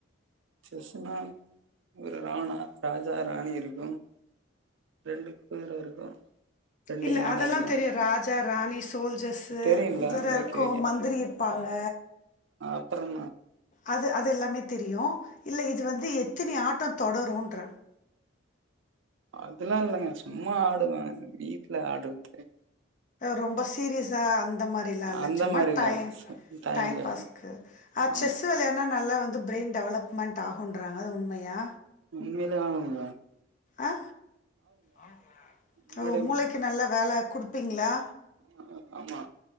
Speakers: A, on the right; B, on the left.
A: செஸ்ஸுனா ஒரு ராணா ராஜா ராணி இருக்கு ரெண்டு குதுர இருக்கு ரெண்டு
B: இல்ல
A: யான
B: அதல்லா
A: இருக்கு
B: தெரியு ராஜா ராணி சோல்ஜர்ஸ்சு
A: தெரியும்ல
B: குதுர
A: ஓகே
B: இருக்கு மந்திரி பாங்க
A: அ அப்றோ என்ன
B: அது அது எல்லாமே தெரியு இல்ல இது வந்து எத்தினி ஆட்டோ தொடருன்ற
A: அதுல்லா இல்லங்க சும்மா ஆடுவே வீட்ல ஆட்றது
B: ரொம்ப சீரியஸா அந்த மாரிலா இல்ல
A: அந்த
B: சும்மா
A: மாரி இல்ல
B: டைம்
A: டைம்க்கு
B: டைம் பாஸ்க்கு அ
A: ஆமா
B: செஸ்ஸு வெளையாட்னா நல்லா வந்து ப்ரையின் டெவலப்மெண்ட் ஆகுன்றாங்க அது உண்மையா
A: உண்மைலே ஆவுங்க
B: அ ஆமாங்க
A: முன்னாடி
B: ஓ மூளைக்கு நல்ல வேல குடுப்பீங்ளா
A: ஆமா ஆமா